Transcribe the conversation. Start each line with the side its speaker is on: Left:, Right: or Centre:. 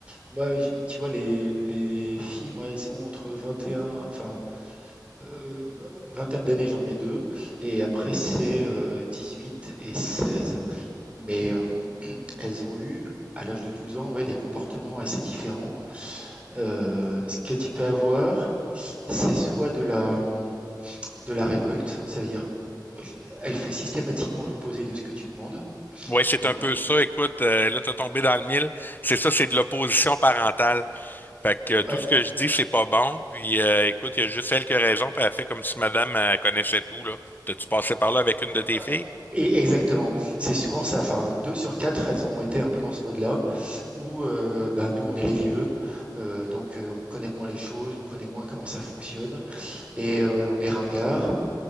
Right: moi, j'ai tu vois, les les filles, moi, elles sont entre 21, enfin, heu, une vingtaine d'années, j'en ai 2, et après c'est, euh, 18 et 16. Mais, hem, elles ont eu, à l'âge de 12 ans, ouais, des comportements assez différents Heu, ce que tu peux avoir, c'est soit de la, mmh, de la révolte, ça veut dire elle fait systématiquement l'opposé de ce que tu demandes,
Left: Ouais, c'est
Right: donc
Left: un peu
Right: oui
Left: ça. Écoute, euh, là, t'as tombé dans le mille. C'est ça, c'est de l'opposition parentale. Fait
Right: ouais,
Left: que euh, tout ce que je dis, c'est pas bon. Puis euh, écoute, il y a juste elle qui a raison, puis elle fait comme si madame euh, connaissait tout, là. T'as-tu passé par là avec une
Right: ouais
Left: de tes filles?
Right: et exactement. C'est souvent ça, enfin 2 sur 4, elles ont été un peu dans ce mode-là où, heu, bah, nous on est les vieux, heu, donc heu, on connaît moins les choses, on connaît moins comment ça fonctionne et heu, on est ringards